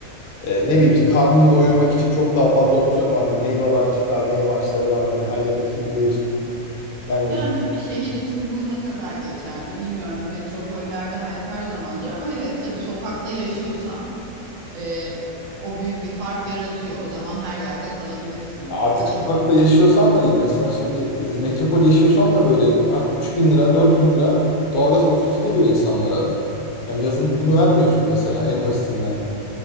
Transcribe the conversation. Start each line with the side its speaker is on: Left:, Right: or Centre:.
Left: E, ne bileyim işte karnını doyurmak için çok daha fazla opsiyon vardır. Meyveler çıkar, meyve ağaçları vardır. Her yer ekilidir. Yani
Right: Yani tabii şehir için bu ne kadar geçerli bilmiyorum. Metropollerde hayat her zaman zor ama evet tabii sokakta yaşıyorsan e, o büyük bir fark yaratıyor. O zaman her yerde kalabilirsin.
Left: Ya Artık
Right: Ya da
Left: sokakta
Right: işte
Left: yaşıyorsan da değil. Mesela şimdi e, metropol yaşıyorsan da böyle artık 3000 lira, 4000 lira doğalgaz faturası geliyor insanlara. Yani yazın bunu vermiyorsun mesela en basitinden.